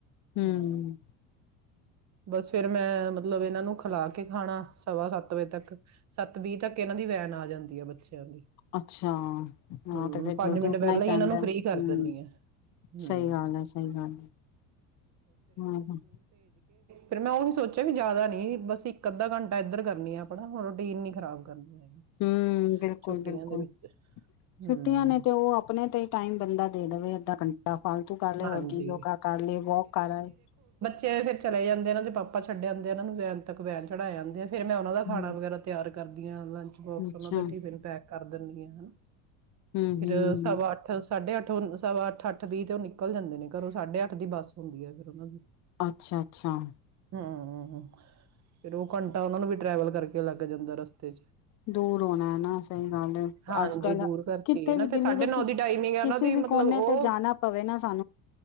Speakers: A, on the left; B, on the right.
A: ਹੂੰ
B: ਹੁੰ। ਬਸ ਫੇਰ ਮੈਂ ਮਤ ਲਬ ਇਹਨਾਂ ਨੂੰ ਖਿਲਾ ਕੇ ਖਾਣਾ ਸਵਾ ਸੱਤ ਵਜੇ ਤੱਕ ਸੱਤ ਬੀਹ ਤੱਕ ਇਹਨਾਂ ਦੀ ਵੈਨ ਆ ਜਾਂਦੀ ਆ ਬੱਚਿਆਂ ਦੀ।
A: ਅੱਛਾ, ਹਾਂ
B: ਹੂੰ,
A: ਤੇ ਫਿਰ
B: ਪੰਜ
A: ਜਲਦੀ
B: ਮਿੰਟ
A: ਉੱਠਨਾ
B: ਪਹਿਲਾਂ
A: ਈ ਪੈਂਦਾ,
B: ਹੀ ਇਹਨਾਂ ਨੂੰ ਫ੍ਰਰੀ
A: ਹੁੰ
B: ਕਰ ਦਿੰਨੀ ਆ ਹੂੰ।
A: ਸਹੀ ਗੱਲ ਏ, ਸਹੀ ਗੱਲ ਏ, ਹੁੰ।
B: ਫਿਰ ਮੈਂ ਉਹ ਈ ਸੋਚਿਆ ਵੀ ਜ਼ਿਆਦਾ ਨੀ ਬਸ ਇੱਕ ਅੱਧਾ ਘੰਟਾ ਇੱਧਰ ਕਰਨੀ ਆ ਆਪਣਾ ਹੋਰ ਰੋਟੀਨ ਨੀ ਖਰਾਬ ਕਰਨੀ। ਹੈਗੀ।
A: ਹੁੰ, ਬਿਲਕੁਲ,
B: ਛੁੱਟੀਆਂ
A: ਬਿਲਕੁਲ
B: ਦੇ ਵਿੱਚ ਹੂੰ,
A: ਛੁੱਟੀਆਂ ਨੇ ਤੇ ਉਹ ਆਪਣੇ ਤੇ ਹੀ ਟਾਈਮ ਬੰਦਾ ਦੇ ਦੇਵੇ ਅੱਧਾ ਘੰਟਾ ਫਾਲਤੂ ਕਰ ਲਏ
B: ਹਾਂਜੀ।
A: ਹੋਰ ਕੀ ਯੋਗਾ ਕਰ ਲੇ ਵੋਕ ਕਰ ਆਏ।
B: ਤੇ ਫਿਰ ਚਲੇ ਜਾਂਦੇ ਆ ਇਹਨਾਂ ਦੇ ਪਾਪਾ ਛੱਡ ਜਾਂਦੇ ਆ ਇਹਨਾਂ ਨੂੰ ਵੈਨ ਤਕ ਵੈਨ ਚੜਾ ਜਾਂਦੇ ਆ। ਫੇਰ ਮੈਂ ਉਹਨਾਂ ਦਾ ਖਾਣਾ
A: ਹੂੰ
B: ਵਗੈਰਾ ਤਿਆਰ ਕਰਦੀਆਂ <unintelligible> ਲੰਚ ਬੋਕਸ
A: ਅੱਛਾ
B: ਔਨਾ ਦਾ ਟਿਫੇਨ ਪੈਕ ਕਰ ਦਨਗੀਆਂ ਹੇਨਾ।
A: ਹੂੰ
B: ਫੇਰ
A: ਹੂੰ
B: ਸਵਾ ਅੱਠ ਸਾਢੇ ਅੱਠ ਸਵਾ ਅੱਠ, ਅੱਠ ਬੀਹ ਤੇ ਓ ਨਿਕ ਨਿਕੱਲ ਜਾਂਦੇ ਨੇ ਘਰੋਂ, ਸਾਢੇ ਅੱਠ ਦੀ ਬੱਸ ਹੁੰਦੀ ਐ ਫੇਰ ਔਨਾਂ ਦੀ,
A: ਅੱਛਾ ਅੱਛਾ
B: ਹੁੰ। ਹੁੰ, ਫੇਰ ਓਹ ਘੰਟਾ ਔਨਾ ਨੂੰ ਵੀ ਟਰੈਵਲ ਕਰਕੇ ਲੱਗ ਜਾਂਦਾ ਰਸਤੇ ਚ।
A: ਦੂਰ ਹੋਣਾ ਏ ਨਾ ਸਹੀ ਗੱਲ ਐ।
B: ਹਾਂਜੀ,
A: ਅੱਜ-ਕੱਲ,
B: ਦੂਰ ਕਰਕੇ
A: ਕਿੱਥੇ
B: ਹੈ ਨਾ
A: ਵੀ
B: ਫਿਰ
A: ਦਿੱਲੀ
B: ਸਾਢੇ
A: ਦੇ
B: ਨੌ
A: ਕਿਸ
B: ਦੀ ਟਾਈਮਿੰਗ ਹੈ ਉਹਨਾਂ
A: ਕਿਸੀ
B: ਦੀ
A: ਵੀ
B: ਮਤਲਬ
A: ਕੋਨੇ
B: ਉਹ
A: ਤੇ ਜਾਨਾ ਪਵੇ ਨਾ ਸਾਨ